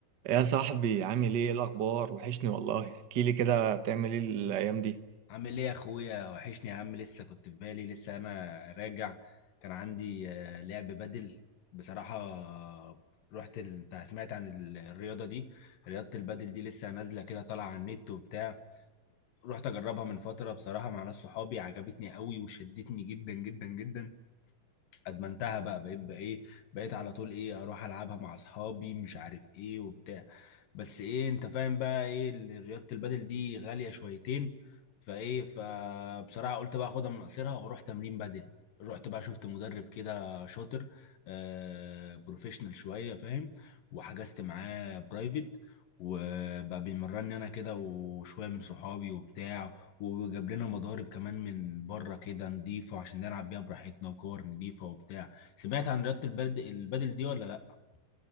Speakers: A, on the right; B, on the left.
A: يا صاحبي عامل ايه إيه الاخبار وحشني والله احكي لي كده بتعمل ايه الايام دي
B: عامل ايه يا اخويا وحشني يا عم لسه كنت في بالي لسه انا راجع كان عندي آه، لعب بدل بصراحة آه، رحت ال... انت سمعت عن ال- الرياضة دي رياضة البدل دي لسه نازلة كده طالعة على النت وبتاع رحت اجربها من فترة بصراحة مع ناس صحابي عجبتني قوي وشدتني جدا جدا جدا ادمنتها بقى بقيت بقى ايه بقيت على طول ايه اروح العبها مع اصحابي مش عارف ايه وبتاع بس ايه انت فاهم بقى ايه ال- رياضة البادل دي غالية شويتين فايه فبصراحة قلت بقى اخدها من قصيرها واروح تمرين بادل رحت بقى شفت مدرب كده شاطر آه بروفيشنال شوية فاهم وحجزت معاه برايفت وبقى بيمرني انا كده وشوية من صحابي وبتاع وجاب لنا مضارب كمان من بره كده نضيفه عشان نلعب بيها براحتنا وكور نضيفه وبتاع سمعت عن رياضة البرد البدل دي ولا لا